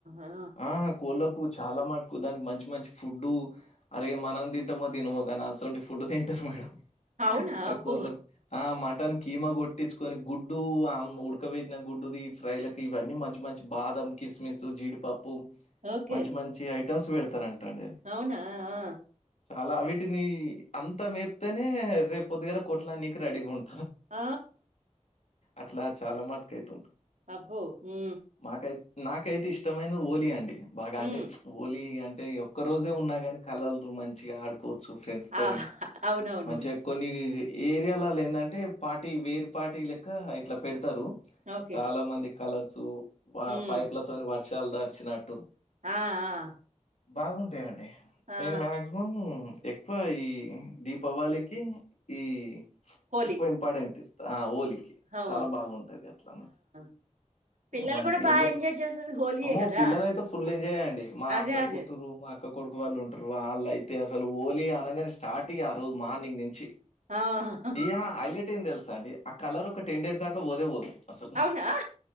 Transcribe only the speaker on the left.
ఆ కోళ్ళకు చాలా మటుకు దానికి మంచి మంచి ఫుడ్డు. అరే మనం తింటామో తినమో గాని అసమంటి ఫుడ్ తింటారు మేడం.
అ
కోర్ల ఆ మటన్ కిమ కొటిచ్చ. కని గుడ్డు ఉడకబట్న గుడ్డుది ఫ్రై లలకు ఇవన్నీ మంచి మంచి బాదం కిస్మిసు జీడి. పప్పు
మంచి మంచి ఐటమ్స్ పెడతారంట అండి.
చాలా వీటిని అంతా మేప్తేనే రేపు పొద్దుగాల కొట్లా నీకి రెడీగా ఉన్.
అట్లా చాలా మటకు అవుతుంట.
మాకైతే నాకైతే ఇష్టమైన హోలీ అండి బాగా
అంటే హోలీ అంటే. ఒక రోజే ఉన్నా కాని కలల్రు మంచిగా ఆడుకోవచ్చు ఫ్రెండ్స్‌తోని
మంచిగా కొన్ని ఏరియాలలో ఏందంటే పార్టీ వేర్ పార్టీ లెక్క ఇట్లా పెడతారు
చాలా మంది కలర్సు వా
పైప్లతోని వర్షాలు తడిచినట్టు
బాగుంటాయండి
నేను మాక్సి మం ఎక్కువ ఈ దీపావళికి ఈ
ఎక్కువ ఇంపార్టెంట్ ఇస్తా ఆ హోలీకి
చాలా బాగుంటది అట్లా నా
మంచిగా
ఎంజాయ్
అమ్మో
పిల్లలైతే ఫుల్ ఎంజాయ్ అండి మా
అక్క
కూతురు మా అక్క కొడుకు వాళ్ళు ఉంటారు వాళ్ళు అయితే అసలు హోలీ అనగానే స్టార్ట్ ఇగ ఆరోజు మార్నింగ్ నుంచి
ఇగ హైలైట్ ఏం తెలుసాండి ఆ కలర్ ఒక టెన్ డేస్ దాకా పోదే పోదు అసలు.